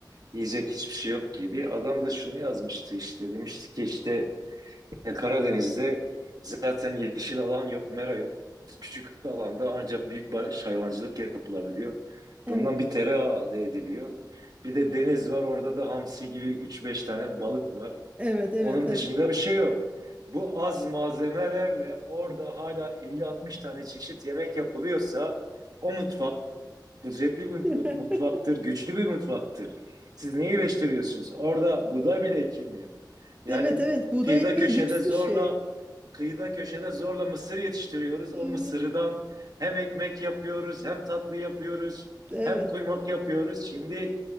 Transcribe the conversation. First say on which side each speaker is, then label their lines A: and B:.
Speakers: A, on the right (about 55°); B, on the right (about 20°).
A: yiyecek hiçbir şey yok gibi. Adam da şunu yazmıştı işte demişti ki işte Ya Karadeniz'de zaten yeşil alan yok, mera yok. Küçük alanda ancak büyük baş hayvancılık yapılabiliyor.
B: Evet.
A: Bundan bir tereyağı elde ediliyor. Bir de deniz var, orada da hamsi gibi üç beş tane balık var.
B: Evet, evet,
A: Onun
B: evet.
A: dışında bir şey yok. Bu az malzemelerle orada hala elli altmış tane çeşit yemek yapılıyorsa o mutfak Kudretli bir
B: <laughs>
A: mutfaktır, güçlü bir mutfaktır. Siz neyi eleştiriyorsunuz? Orada buğday bile ekilmiyor. Yani
B: Evet, evet. Buğday
A: kıyıda
B: ekmeği
A: köşede
B: lüks
A: zorla
B: bir şey.
A: kıyıda köşede zorla mısır yetiştiriyoruz.
B: Hmm,
A: O mısırdan hem ekmek yapıyoruz, hem tatlı yapıyoruz,
B: evet.
A: hem kuymak yapıyoruz. Şimdi